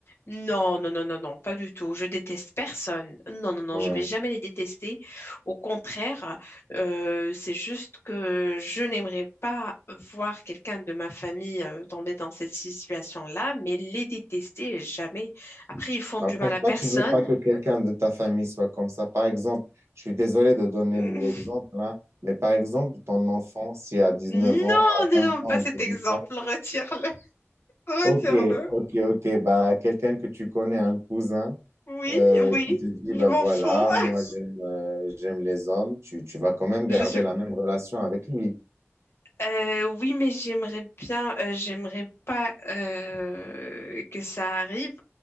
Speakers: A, on the left; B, on the right.
A: Non, non, non, non, non, pas du tout. Je déteste personne. Non, non, non,
B: Ouais.
A: je vais jamais les détester. Au contraire, euh, c'est juste que je n'aimerais pas voir quelqu'un de ma famille euh, tomber dans cette situation-là, mais les détester jamais. Après, ils font
B: Bah,
A: du mal
B: pourquoi
A: à personne.
B: tu veux pas que quelqu'un de ta famille soit comme ça? Par exemple, je suis désolé de donner
A: Non,
B: l'exemple là, mais par exemple, ton enfant, si à 19
A: non,
B: ans, à 20
A: non,
B: ans,
A: pas
B: il
A: cet
B: te dit
A: exemple.
B: ça,
A: Retire-le. Retire-le.
B: ok, ok, ok, bah, quelqu'un que tu connais, un cousin,
A: Oui,
B: euh,
A: oui,
B: qui te dit,
A: je
B: bah
A: m'en
B: voilà,
A: fous.
B: moi
A: <laughs>
B: j'aime euh, j'aime les hommes, tu, tu vas quand même garder
A: Je suis.
B: la même relation avec lui.
A: Euh, oui, mais j'aimerais bien, euh, j'aimerais pas euh, que ça arrive.